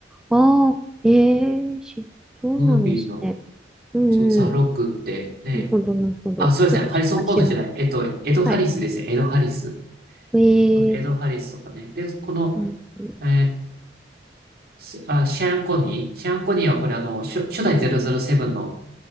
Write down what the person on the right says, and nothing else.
ムービーの、
そう、ザ・ロックって、
ね。
あ、すいません。
ハリソン・フォードじゃない。えっと、エド・ハリスですね。
エド・ハリス。
エド・ハリスとかね。で、この、
えーすあ、シェアン・コニーシェアン・コニーはこれあの、初、初代007の、